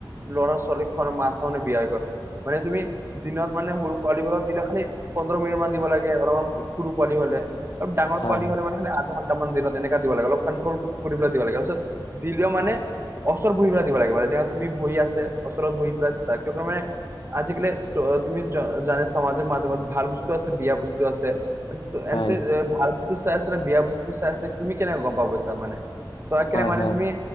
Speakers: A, on the right; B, on the left.
A: ল'ৰা - ছোৱালী মাকজনী বিয়া হৈ গল মানে তুমি দিনত মানে সৰু পোৱালিবিলাক দিলে খালি পোন্ধৰ মিনিট মান দিব লাগে অলপমান সৰু পোৱালি হলে অলপ ডাঙৰ
B: হয়
A: পোৱালি হলে মানে দুঘণ্টামান দিনত এনেকা দিব লাগে অকনমান কনট্ৰল কৰিবলৈ দিব লাগে। দিলেও মানে ওচৰ বহি পেলাই দিব লাগে মানে যেনে তুমি বহি আছে ওচৰত বহি পেলাই দায়িত্ব মানে আজিকালি তুমি জানা সমামাজিক মাধ্যমত ভাল বুজত আছে বিয়া বুজত আছে। এন্ততে
B: হয়
A: ভাল বস্তু চাই আছে নে বিয়া বস্তু চাই আছে। তুমি কেনেকে গম পাব তাৰ মানে, তই কেনে
B: হয়
A: মানে
B: হয়
A: তুমি